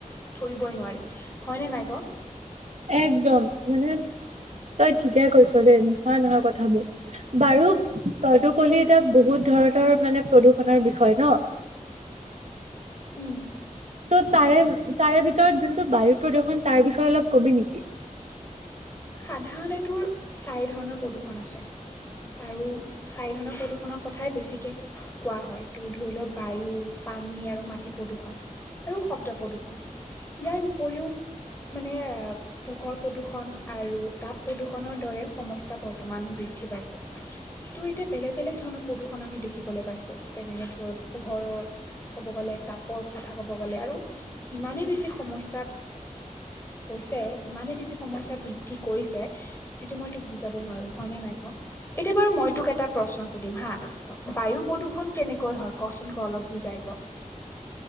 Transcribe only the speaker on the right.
একদম মানে তই ঠিকে কৈছোঁ দেই নোহোৱা নহয় কথাবোৰ। বাৰু তইতো ক'লি এতিয়া বহুত ধৰণৰ মানে প্ৰদূষণৰ বিষয়ে নহ।
ত' তাৰে, তাৰে ভিতৰত যোনটো বায়ু প্ৰদূষণ তাৰ বিষয়ে অলপ ক'বি নেকি।